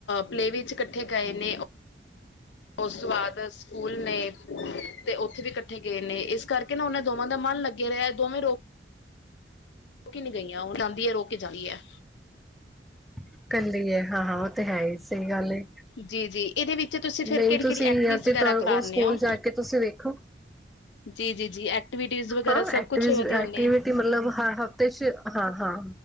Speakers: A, on the left; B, in the centre.
A: ਪਲੇਅ ਵੇਅ ਵਿੱਚ ਇਕੱਠੇ ਗਏ ਨੇ ਉਸ ਤੋਂ ਬਾਅਦ ਸਕੂਲ ਨੇ ਤੇ ਉੱਥੇ ਵੀ ਇਕੱਠੇ ਗਏ ਨੇ ਇਸ ਕਰਕੇ ਨਾ ਉਹਨਾਂ ਦੋਵਾਂ ਦਾ ਮਨ ਲੱਗਾ ਰਿਹਾ ਦੋਵੇਂ ਰੋ ਰੋਕੇ ਨੀ ਗਈਆਂ ਉਹ ਜਾਂਦੀ ਹੈ ਰੋ ਕੇ ਜਾਂਦੀ ਹੈ।
B: ਇਕੱਲੀ ਹੈ ਹਾਂ-ਹਾਂ ਉਹ ਤੇ ਹੈ ਹੀ ਸਹੀ ਗੱਲ ਹੈ,
A: ਜੀ ਜੀ ਇਹਦੇ ਵਿੱਚ ਤੁਸੀਂ ਫਿਰ
B: ਨਹੀਂ
A: ਕਿਹੜੀ ਕਿਹੜੀ
B: ਤੁਸੀਂ
A: ਐਕਟੀਵਿਟੀ
B: ਆ ਤੇ
A: ਵਗੈਰਾ
B: ਉਹ
A: ਕਰਾਉਂਦੇ
B: ਸਕੂਲ
A: ਹੋ
B: ਜਾ ਕੇ ਤੁਸੀਂ ਵੇਖੋ।
A: ਜੀ ਜੀ ਜੀ ਐਕਟੀਵਿਟੀਜ਼ ਵਗੈਰਾ
B: ਹਾਂ,
A: ਸਭ
B: ਐਕਟੀਵਿਜ਼
A: ਕੁਛ ਵਧੀਆ
B: ਐਕਟੀਵਿਟੀ
A: ਨੇ
B: ਮਤਲਬ ਹਰ ਹਫ਼ਤੇ 'ਚ ਹਾਂ ਹਾਂ